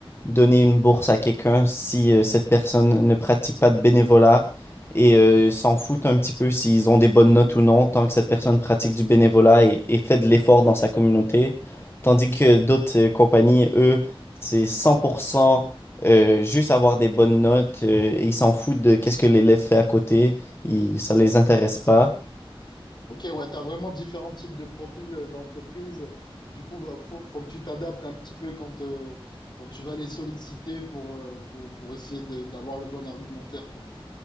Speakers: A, on the left; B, on the left.
A: donner une bourse à quelqu'un si euh, cette personne ne pratique pas de bénévolat. Et euh, s'en foutent un petit peu s'ils ont des bonnes notes ou non, tant que cette personne pratique du bénévolat et et fait de l'effort dans sa communauté. Tandis que d'autres euh, compagnies, eux, c'est 100% euh, juste avoir des bonnes notes euh, et ils s'en foutent de qu'est-ce que l'élève fait à côté. Ils- ça les intéresse pas.
B: Ok, ouais, tu as vraiment différents types de profils euh, d'entreprise. Du coup, va- faut, faut que tu t'adaptes un petit peu quand, euh, quand tu vas les solliciter pour, euh, pour, pour essayer de- d'avoir le bon argumentaire, quoi.